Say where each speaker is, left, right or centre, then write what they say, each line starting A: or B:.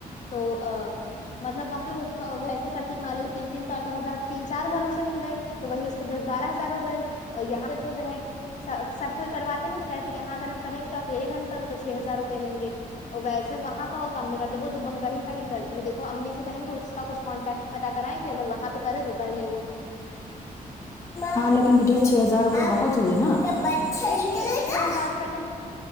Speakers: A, on the left; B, on the left.
A: تو ا مطلب وہاں پہ اس کو کرتی تین مالے تین تین چار چار ہزار تین چار گھروں سے مل گئے تو وہی اس کے دس بارہ ہزار ہو گئے اور یہاں پہ تو جو ہے سب کوئی واتے نہیں تو کہتے یہاں اگر ہم کریں گے تو اکیل گھر میں کریں تو چھ ہزار روپئے لیں گے اور ویسے وہاں کا وہ کم میں کرتے وہ دبگا ہی سائڈ کرتی ہے دیکو امی سے کہیں گے اس کا کچھ کانٹیکٹ پتا کرائیں کہ اگر وہاں پہ کرے تو کر لے گو
B: ہاں لیکن بیٹیا چھ ہزار روپے بہت ہوئے نا
A: نہیں
B: نکلے
A: نہیں چھ
B: گا
A: ہزار روپے تو